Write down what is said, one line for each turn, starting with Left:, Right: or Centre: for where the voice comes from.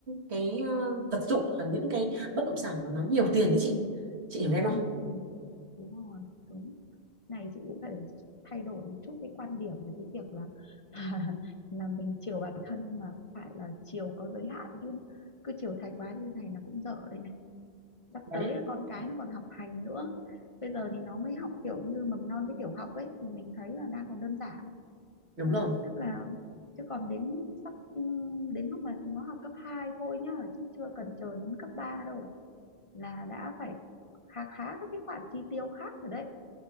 Right: cái, ờ, vật dụng hoặc những cái bất động sản mà nó nhiều tiền đấy chị chị hiểu em
Left: ừ,
Right: không
Left: ừ. đúng rồi đúng này chị cũng phải thay đổi một chút cái quan điểm về cái việc là <laughs> là, là mình chiều bản thân nhưng mà phải là chiều có giới hạn chứ cứ chiều thái quá như này là cũng dở đây này sắp
Right: đấy
Left: tới là con cái nó còn học hành nữa bây giờ thì nó mới học kiểu như mầm non với tiểu học ấy thì mình thấy là đang còn đơn giản
Right: đúng
Left: Đấy,
Right: rồi
Left: tức là chứ còn đến sắp ừ, đến lúc mà chúng nó học cấp 2 thôi nhá chứ chưa cần chờ đến cấp 3 đâu là đã phải khá khá các cái khoản chi tiêu khác rồi đấy